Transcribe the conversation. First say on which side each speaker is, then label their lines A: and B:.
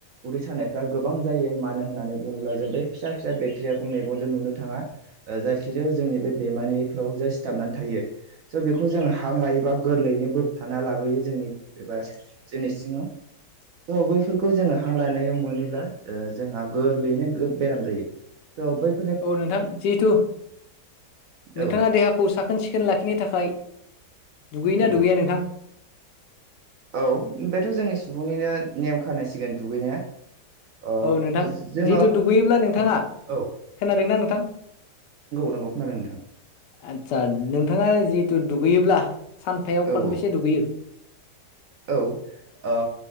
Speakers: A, on the right; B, on the left.
A: उदै सानायफ्रा गोबां जायो मानो होन्नानै बुङोब्ला जों बे फिसा फिसा बेक्टेरियाखौ मेगनजों नुनो थाङा। जायखिजाया जोंनि बे बेमानिफ्राव जे सिथाबनानै थायो स' बेखौ जोङो हां लायो एबा गोरलैयैनो बोबथाना लाबोयो जोंनि एबा जोंनि सिं थ' बैफोरखौ जोङो हां लानायाव मोनोब्ला जोंहा गोरलैयैनो बेराम जायो थ' बै
B: औ नोंथां जिहेथु नोंथाङा
A: औ
B: देहाखौ साखोन सि सिखोन लाखिनो थाखाय दुगैयोना
A: औ
B: दुगैया नोंथां?
A: औ बेथ' जोंनि सुबुंनिनो नेम खानायसिगोन दुगैनाया। ओ
B: औ नोंथां
A: जोङो
B: जिहेथु दुगैयोब्ला नोंथाङा
A: औ
B: खोनादोंना नोंथां?
A: नांगखौ खोनादों नोंथां।
B: आदसा नोंथाङा जिहेथु दुगैयोब्ला सानथायाव
A: औ
B: खनबेसे
A: औ
B: दुगैयो?
A: औ